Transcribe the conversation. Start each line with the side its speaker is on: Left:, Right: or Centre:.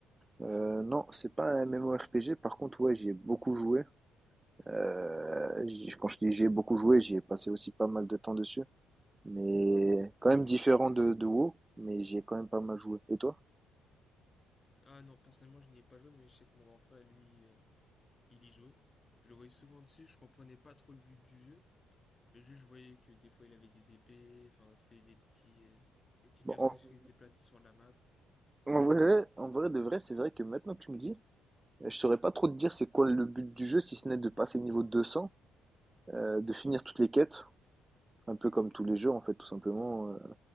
Right: Euh, non, c'est pas un MMORPG. Par contre, ouais, j'y ai beaucoup joué. Euh, j'y- quand je dis j'y ai beaucoup joué, j'y ai passé aussi pas mal de temps dessus. Mais quand même différent de, de WoW, mais j'y ai quand même pas mal joué. Et toi?
Left: Ah non, personnellement, je n'y ai pas joué, mais je sais que mon grand frère, lui, euh, il y jouait. Je le voyais souvent dessus, je comprenais pas trop le but du jeu. Le juge voyait que des fois il avait des épées, enfin c'était des petits, euh, des petits
Right: Bon,
Left: personnages
Right: en,
Left: qui se déplaçaient sur la map.
Right: en vrai, en vrai de vrai, c'est vrai que maintenant que tu me dis, euh, je saurais pas trop te dire c'est quoi le but du jeu, si ce n'est de passer niveau 200, euh, de finir toutes les quêtes. Un peu comme tous les jeux, en fait, tout simplement. euh.